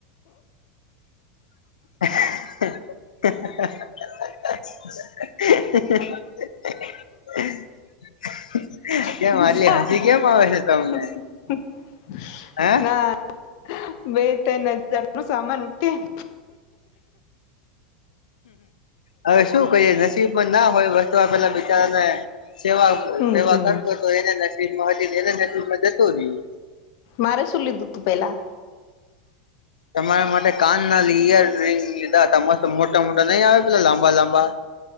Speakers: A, on the left (about 75°); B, on the left (about 50°).
A: <inaudible> <inaudible> કેમ
B: <inaudible>
A: આટલી હસી કેમ આવે છે તમને હે
B: ના બે તન હજારનું સામાન ઉતે <inaudible>
A: હવે શું કરીયે નસીબ પણ ના હોય વસ્તુ પેલા બિચારાને સેવા
B: હમ
A: સેવા
B: હમ
A: કરતો તો એને નસીબ <unintelligible> એના નસીબ માં જતું રહ્યું
B: મારે શું લીધું તું પેલા
A: તમારા માટે કાન ના ઈયર રંગ લીધા હતા મસ્ત મોટા મોટા નહીં આવે પેલા લાંબા લાંબા